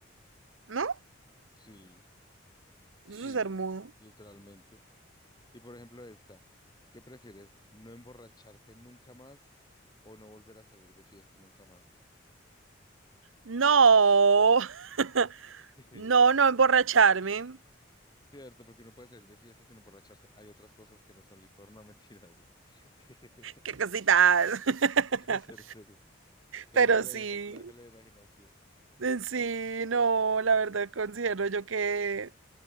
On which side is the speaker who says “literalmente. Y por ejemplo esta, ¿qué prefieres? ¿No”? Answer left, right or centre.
Left